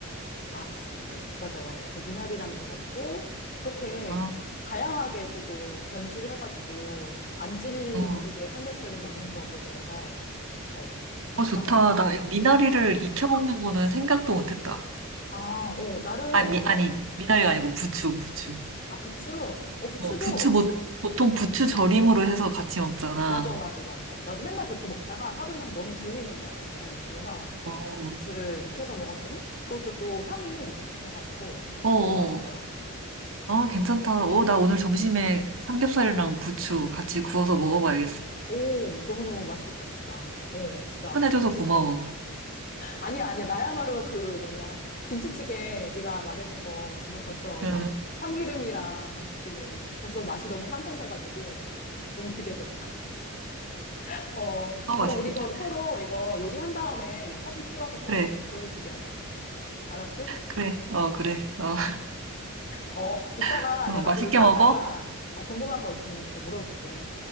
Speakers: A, on the left; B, on the right.
A: 아, 어, 맞아, 맞아. 그 미나리랑도 먹고, 그렇게
B: 아,
A: 다양하게 조금 변주를 해가지고, 안 질리게
B: 어,
A: 삼겹살을 먹는 법에 대해서, 어, <laughs> 막,
B: 어, 좋다. 나 미나리를
A: 수하고 있어.
B: 익혀 먹는 거는 생각도 못 했다.
A: 아, 어, 나름
B: 아니,
A: 이게,
B: 미, 아니, 미나리가
A: 음,
B: 아니고 부추, 부추.
A: 아, 부추? 어, 부추도,
B: 어, 부추, 보, 보통 부추 절임으로 해서 같이 먹잖아.
A: 맞아, 맞아, 맞아. 나도 맨날 그렇게 먹다가 하루는 너무 질리는 거야, 이게. 그래서
B: 어, 어,
A: 부추를 익혀서 먹었더니, 그것도 또 향이 독특해가지고,
B: 어.
A: 되게 맛있더라고.
B: 아, 괜찮다. 어, 나 오늘 점심에 삼겹살이랑 부추 같이 구워서 먹어봐야겠어.
A: 오, 너무너무 맛있겠다, 진짜. 어, 진짜.
B: 추천해줘서 고마워.
A: 아니야, 아니야. 나야말로 그 뭐냐. 김치찌개 네가 말해준 거 지금 벌써
B: 응,
A: 막 참기름이랑 지금 벌써 맛이 너무 상상돼가지고 너무 기대돼. <laughs> 어,
B: 어
A: 그럼
B: 맛있겠다.
A: 우리 거- 서로 이거 요리한 다음에 사진 찍어서 서로
B: 그래,
A: 한번 보여주게 하자. 알았지?
B: 그래, 어, 그래. 어,
A: 어, 이따가
B: <laughs> 어,
A: 내가
B: 맛있게
A: 또 요리하다가
B: 먹어?
A: 어, 궁금한 거 있으면 또 물어볼게.